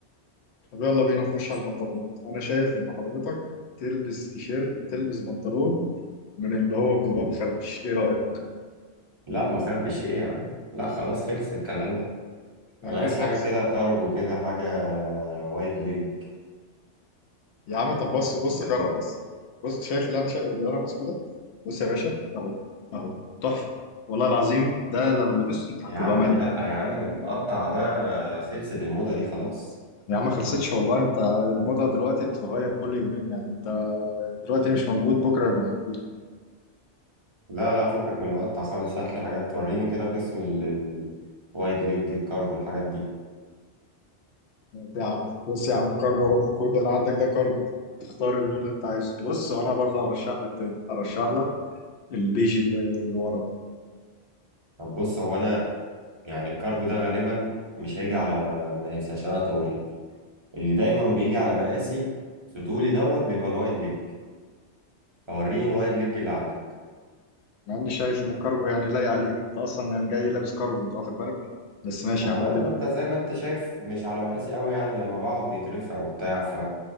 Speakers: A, on the left (about 75°); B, on the right (about 25°).
A: طب يلا بينا نخش على البنطلونات انا شايف ان حضرتك تلبس تيشيرت تلبس بنطلون من اللي هو بيبقى بخربش ايه رأيك
B: لا ما خربش ايه يا عم لا خلاص خلص الكلام ده
A: يعني
B: انا عايز
A: ايه خلص
B: حاجة كده كارجو كده حاجة وايد ليج
A: يا عم طب بص
B: حياتك
A: بص
B: حلوة
A: جرب بس بص شايف اللي انا شايف اللي انا ماسكه ده بص يا باشا اهو اهو تحفه والله العظيم ده لو لبسته انت هتبقى
B: يا عم
A: ملك
B: لا يا عم المقطع ده خلصت الموضة دي خلاص
A: يا عم ما خلصتش والله انت الموضه دلوقتي بتتغير كل يومين يعني انت دلوقتي مش موجود بكره يبقى موجود
B: لا لا فكك من المقطع خالص هات لي حاجات توريني كده قسم ال- ال- الوايد ليج الكارجو الحاجات دي
A: ده يا عم بص يا عم الكارد اهو كل اللي عندك ده كارد تختار اللون اللي انت عايزه بص وانا برضه هرشح لك تاني هرشح لك البيج اللي اللي ورا ده
B: طب بص هو انا يعني الكارجو ده غالبا مش هيجي على مقاسي عشان انا طويل اللي دايما بيجي على مقاسي في طولي دوت بيبقى الوايد ليج فوريني الوايد ليج اللي عندك
A: مع اني شايف ان الكارجو يعني لايق عليك انت اصلا يعني جاي لابس كارجو انت واخد بالك بس ماشي
B: ما هو
A: يا عم
B: برضه
A: عادل
B: انت زي ما انت شايف مش على مقاسي قوي يعني لما بقعد بيترفع وبتاع ف